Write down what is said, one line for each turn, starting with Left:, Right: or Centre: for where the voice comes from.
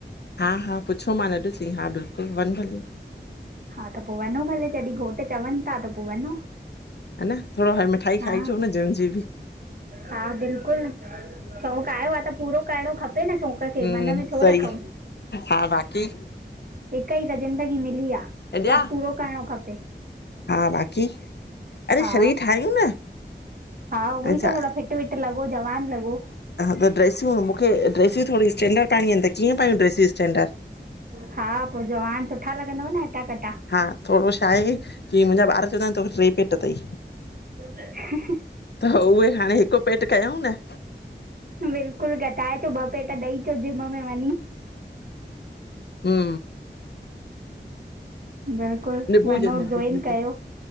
Left: हा हा पुछो मान अॾु चई हा बिल्कुलु वञ भली।
Right: हा त पो वञो भले जॾहिं घोटु चवनि था त पो वञो।
Left: हन थोरो हाणे मिठाई
Right: हा
Left: खाइ अचो न जीम जी बि।
Right: हा बिल्कुलु शौक़ु आयो आ त पूरो करिणो खपे न शौंक़ु खे
Left: हम्म
Right: मन में छो
Left: सही
Right: रखूं।
Left: हा बाक़ी।
Right: हिक ई त ज़िंदगी मिली आ,
Left: हेॾया
Right: सभ पूरो करणो खपे।
Left: हा बाक़ी, अरे
Right: हा
Left: शरीरु ठाहियूं न।
Right: हा उहो
Left: अच्छा
Right: ई त थोरा फिट विट लॻो जवान लॻो।
Left: त ड्रेसूं मूंखे ड्रेसूं थोरीयूं स्टैंडर्ड पाइणूं आहिन त कीअं पायूं ड्रसियूं स्टैंडर्ड?
Right: हा पो जवान सुठा लॻंदव न हटा कटा।
Left: हा थोरो छा आहे, की मुंहिंजा ॿार चवंदा आहिन तोखे टे पेट तई।
Right: <unintelligible>
Left: त उहे हाणे हिकु पेट कयूं न।
Right: बिल्कुलु घटाएचो ॿ पेट ॾेई अचो जिम में वञी।
Left: हा।
Right: बिल्कुल
Left: निबू
Right: वनो
Left: हुजेस निबू
Right: जॉइन
Left: निबू
Right: कयो।